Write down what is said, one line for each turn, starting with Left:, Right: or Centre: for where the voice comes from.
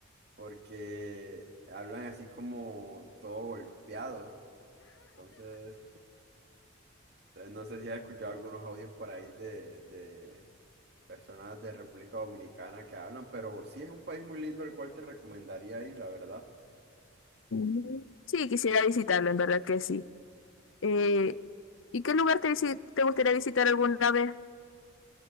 Right: porque hablan así como todo golpeado. Entonces, entonces no sé si has escuchado algunos audios por ahí de, de personas de República Dominicana que hablan, pero sí es un país muy lindo al cual te recomendaría ir, la verdad.
Left: Mm. Sí, quisiera visitarlo, en verdad que sí. Eh, ¿y qué lugar te, visi- te gustaría visitar alguna vez?